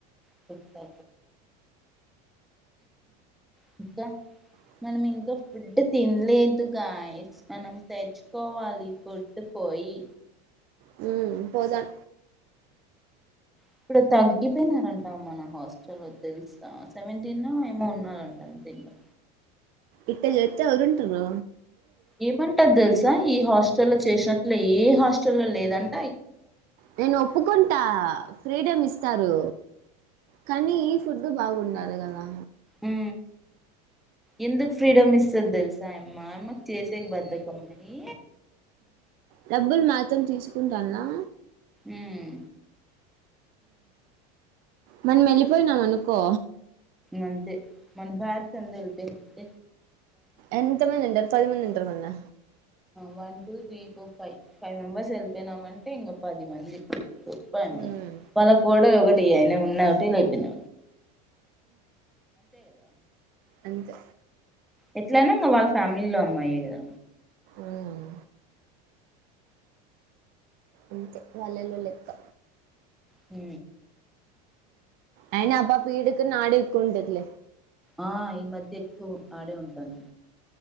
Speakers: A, in the centre; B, on the right.
A: కా ఇంకా
B: ఆ
A: మనం ఇంకా ఫుడ్ తినలేదుగా మనం తెచ్చుకోవాలి పోయి ఫుడ్ ని వయి
B: మ్మ్ పోదాం
A: ఇప్పుడు తగ్గిపోయినారంటా మన హౌస్ చ తెలుస్తా సెవెంటీన్ ఏమో ఉన్నంట అన్థంకా
B: ఇట్ట జతేవరుంటరు
A: ఏమంటారు తెలుసా ఈ హాస్టల్ చేసినట్లు ఏ హాస్టల్ లేదని
B: నేను ఒప్పుకుంటా ఫ్రీడమ్ ఇస్తారు కానీ ఈ ఫుడ్డు బాగుండదు కదా
A: ఉ ఎందుకు ఫ్రీడమ్ ఇస్ ద విసామ్మా చేసే బధకం మరి
B: డబ్బుల్ మాత్రం తీసుకుంటాలా
A: ఉమ్
B: మన మళ్ళిపోయినాం అనుకో
A: అంతే మన భారతంత వెళ్తే అంత
B: ఎంత మ మంట పదిమూను మింట మన్నా
A: one two three four five five members వెళ్తునామంటే ఇంక పది మంది చెప్ప
B: ఉమ్
A: వాళ్ళ కూడా ఒకటి అయినా ఉన్నటి లేపోయిన
B: అంతే
A: ఎట్లయినా ఇంకా వాళ్ళ ఫ్యామిలీ లో అమ్మాయి కద
B: ఉమ్ అంతే వాళ్ళల్లో లెక్క
A: హ
B: అయిన అబా పీడకి నా ఆడకుంటల
A: ఆ ఈ మధ్య ఎక్కువ ఆడే ఉంటుంది